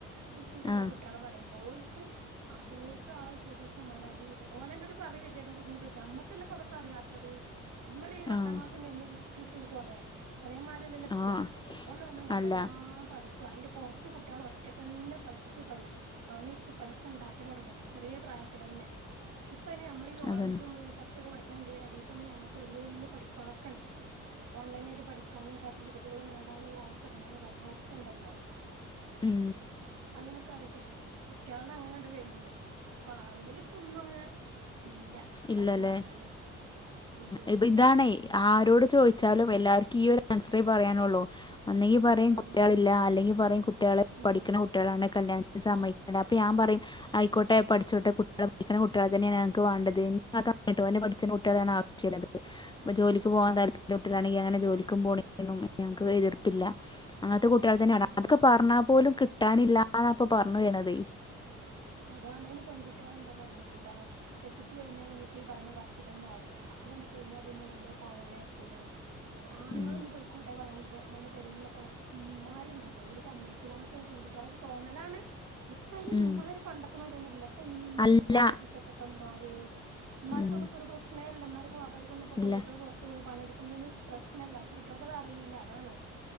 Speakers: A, on the right; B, on the left.
A: ചുർക്കു ചള്ള
B: ആഹ്
A: കുട്ടികളെ പറയുമ്പോൾ ഓൽക്ക്ആ ചിലവർക്ക് ആ വിദ്യാഭ്യാസമാണ് ഈ വിദ്യ പോലെ ഓലെൻ്റൊരു പറയും വിദ്യാഭ്യാസത്തിന്റെ പ നമ്മക്കല്ലേ ഇപ്പോ അതൊക്കെ അിയാത്തത് നമ്മള് ഈ പത്താം
B: ആഹ്
A: ക്ലാസ് കഴിഞ്ഞ് കുസ്ത്തി കുടിച്ചിട്ട് പോന്നതല്ലേ അതേമാരില്ലല്ല ഇപ്പൊ
B: ആഹ്
A: ഇപ്പന്ന് പറഞ്ഞാ എന്തെല്ലാം
B: അല്ല
A: പഠിപ്പ് അതിന്റെ പുറത്ത് കുട്ടികള് ഒറ്റക്കന്നെ പഠിച്ച് പ പണിയെടുത്ത് പൈസ ഉണ്ടാക്കി കൽ തൊടങ്ങാണ് ചെറിയ പ്രായത്തിൽ തന്നെ ഇപ്പൊ ഇനി നമ്മള്
B: അതന്നെ
A: അഞ്ചു മൊതല് പത്ത് വരെ പടി കണ്ട് അടിത്തന്നെ ഞമുക്ക് വലിയ വലിയ പഠിപ്പളൊക്കെ ഉണ്ട് ഓൺലൈനായിട്ട് പഠിക്കാനും സർട്ടിഫിക്കറ്റുകൾ നേടാനുള്ള അവസരങ്ങളും കാര്യങ്ങളും ഒക്കെ ഉണ്ടല്ലോ
B: ഉം
A: അങ്ങനെയൊക്കെ ആയിട്ടേ കുട്ടിയാൾത് അങ്ങനെ അങ്ങട് കഴിഞ്ഞു പോ അപ്പൊ അറിതിൽ ഇപ്പൊ ഒന്നും അങ്ങനെ ഇല്ല
B: ഇല്ലല്ലേ
A: കാര്യം പറഞ്ഞാല് ഇല്ലേ
B: ഇപ്പൊ ഇതാണേ ആരോട് ചോദിച്ചാലും എല്ലാർക്കും ഈ ഒരു ആൻസറെ പറയാനുള്ളൂ അന്നെങ്കി പറം
A: ആഹ്
B: കുട്ടികളില്ല അല്ലെങ്കിൽ പറയും കുട്ടികൾ
A: ഉം
B: പഠിക്കണ കുട്ടികളാണ് കല്യാണ സമ്മ ല അപ്പൊ ഞാൻ പറയും ആയിക്കോട്ടെ പഠിച്ചോട്ടെ കുട്ടികളെ പഠിക്കുന്ന കുട്ടികളെ തന്നെയാണ് ഞക്ക് വേണ്ടത് ട്ടോ പഠിച്ച കുട്ടികളാണ് ള്ളത് ജോലിക്ക് പോകാൻ താല്പര്യ തൊട്ടിലാണെങ്കിൽ അങ്ങനെ ജോലിക്കും പോണും ഞങ്ങക്ക് എതിർപ്പില്ല അങ്ങനത്തെ കുട്ടികൾ
A: ആഹ്
B: തന്നെയാണ് അതൊക്കെ പറഞ്ഞാ പോലും കിട്ടാനില്ലന്നപ്പൊ പറഞ്ഞു വണത്
A: അതാണ് അതിന് പെൺകുട്ടികളെന്താ പറണ്ച്ചിട്ടാ കെട്ടിച്ചു കഴിഞ്ഞാ ഇനിയിപ്പ ഈ പറണ പറച്ചിലൊന്നും ആവൂല അതണ്ട് കഴിഞ്ഞാൽ പിന്നെ ഓലെ പോവാനേക്കൂല ആണുങ്ങൾ
B: ഉം.
A: ഞ്ഞ് പോയിക്കോട്ടെ പറഞ്ഞാലും പ ഓലേ പെരേലുള്ള പ ഉമ്മാരുണ്ടല്ലോ ഒരു സമയ്ക്കൂല എന്നൊക്കെയാണ് പെൺകുട്ടികള തോന്നലാണ് ഇപ്പ അതിന്
B: ഉം.
A: ഉമ്മാര് പണ്ടത്തമ്മാര് ഒന്നും അല്ലല്ല അപ്പൊ എന്താ
B: അല്ല
A: ഉഷാരിച്ചിട്ടപ്പത്തമ്മാര് ഉമ്മാർക്കൊന്നും
B: ഉം.
A: ഇപ്പോ ഒരു പ്രശ്നേല്ല ഉമ്മാര്ക്കും വാപ്പാർക്കും ഇപ്പോ
B: ഇല്ല
A: പെൺകുട്ടികൾ പുറത്ത് പോയി പണിയെടു ക്ക്ണൊന്നും പ്രശ്നല്ല പക്ഷെ കുട്ടികൾക്ക്ത് അറിയില്ല അതാണ്